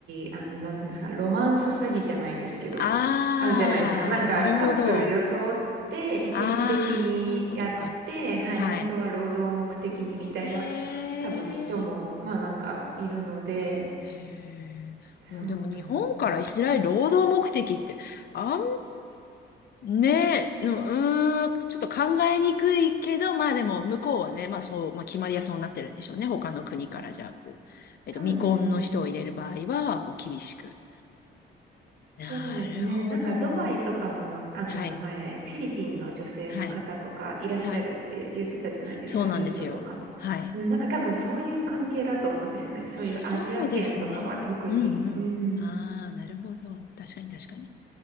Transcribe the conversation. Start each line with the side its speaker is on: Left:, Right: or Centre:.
Right: 直、あの、なんていうんですか。ロマンス詐欺じゃないですけど、
Left: ああー、
Right: あるじゃないですか。なんか、
Left: なるほど。
Right: カップル装って、一時的にやって、
Left: ああ、そういうことか。
Right: はい、
Left: はい。
Right: 本当は労働を目的にみたいな、
Left: へえ。
Right: 多分人も、まあなんかいるので、
Left: へえもうでも日本からイスラエル労働目的ってあんま
Right: そうなんです。
Left: りね、ううーん、ちょっと考えにくいけど、まあでも向こうはね、まあそう、まあ決まりやそうになってるんでしょうね。他の国からじゃあこう、
Right: あ、
Left: えっと、
Right: そうですね。
Left: 未婚の人を入れる場合は、こう厳しく。なるほど。
Right: そうですね。なんかドバイとかも、あの、
Left: はい、
Right: 前、フィリピンの女性の方とかいらっしゃるって言ってたじゃないですか、
Left: はい、はい。そうなんですよ。
Right: インドとか。
Left: はい。
Right: うんなんか多分そういう関係だと思うんですよね。そういうアジア圏とかは特に。
Left: そうですね。うんうん。
Right: うん。
Left: ああ、なるほど。確かに確かに。